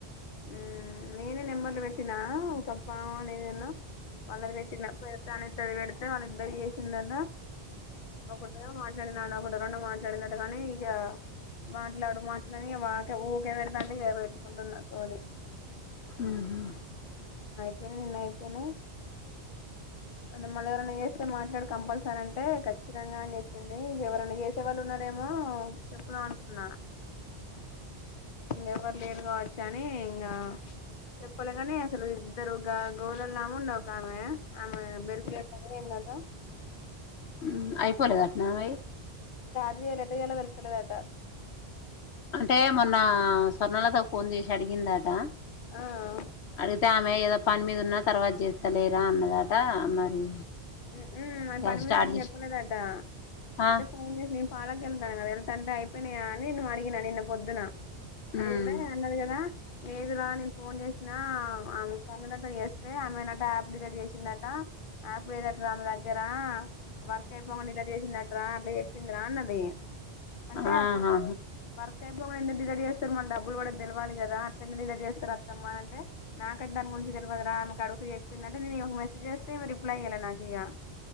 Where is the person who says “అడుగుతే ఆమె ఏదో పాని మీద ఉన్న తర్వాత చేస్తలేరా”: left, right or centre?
Left